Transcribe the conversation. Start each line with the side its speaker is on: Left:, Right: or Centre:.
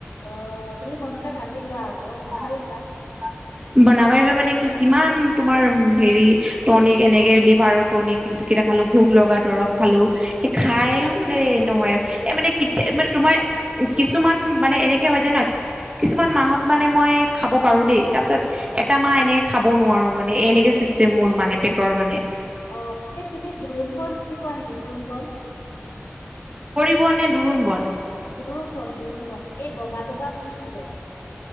Left: অ
Right: <unintelligible>
Left: তুমি মনতে ভাবি লোৱা আকৌ নাভাবিবা
Right: বনা পাৰিবা মানে কি কিমান তোমাৰ হেৰি টনিক এনেকে লিভাৰৰ টনিক কেইটা খালো। ভোক লগা দৰ দৰব খালো। সেই খাইও
Left: অ
Right: মানে নহয় এ মানে
Left: সেই
Right: মানে তোমাৰ কিছুমান মানে এনেকে হয় যাই নহয়, কিছুমান মাহত মানে মই খাব পাৰো দেই। তাৰ পিছত
Left: অ
Right: এটা মাহ এনেকে খাব নোৱাৰো মানে। এনেকে চিষ্টেম মোৰ মানে। পেটৰ মানে
Left: অ এই তুমি দোৰোণ বন চিনি পোৱা নেকি দোৰোণ বন?
Right: শুধ নে দোৰোণ বন?
Left: দোৰোণ বন, দোৰোণ বন। এই বগা বগা ফুল ফুলে।